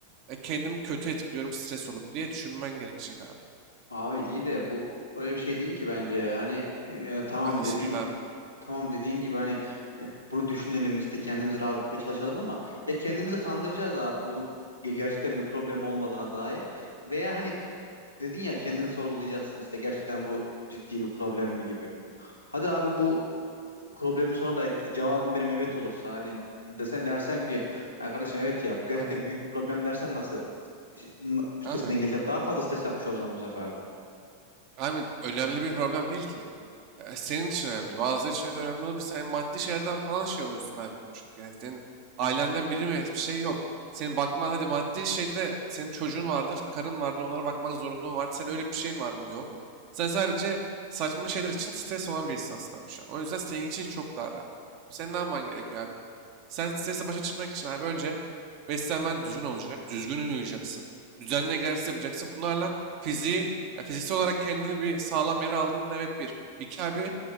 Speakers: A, on the right (about 40°); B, on the left (about 90°).
A: E, kendimi kötü etkiliyorum stres olup diye düşünmen gerekecek abi.
B: Abi iyi de bu öyle bir şey değil ki bence. Yani e, tamam
A: E, nasıl
B: dediğin
A: değil abi?
B: Tamam dediğin gibi hani e, bunu düşünelim işte kendimizi rahatlatmaya çalışalım ama ya kendimizi kandıracağız abi bunu ge- gerçekten bir problem olmadığına dair veya hani dedin ya kendini sorgulayacaksın işte gerçekten bu ciddi bir problem mi gibi. Hadi abi bu problemin sonunda ce- cevabım benim evet olursa hani desen dersem ki "Ha kardeşim evet ya bu gerçekten
A: Abi,
B: büyük bir problem dersem nasıl ş- n- üstesinden
A: abi,
B: geleceğim daha fazla stres yapmış olacağım bu sefer de.
A: abi önemli bir problem değil ki. E, senin için önemli değil. Bazıları için evet önemli olabilir. Sen maddi şeylerden falan şey oluyorsun abi. Çünkü yani senin ailenden biri mi bir şey yok. Senin bakman hadi maddi şeyde de senin çocuğun vardır, karın vardır, onlara bakmak zorunluluğun vardır. Senin öyle bir şeyin var mı? Yok. Sen sadece saçma şeyler için stres olan bir insansın abi şu an. O yüzden senin için çok daha rahat. Senin ne yapman gerekiyor abi? Sen stresle başa çıkmak için abi önce beslenmen düzgün olacak, düzgün uyuyacaksın, düzenli egzersiz yapacaksın. Bunlarla fiziği, yani fiziksel olarak kendini bir sağlam yere aldın evet bir. İki abi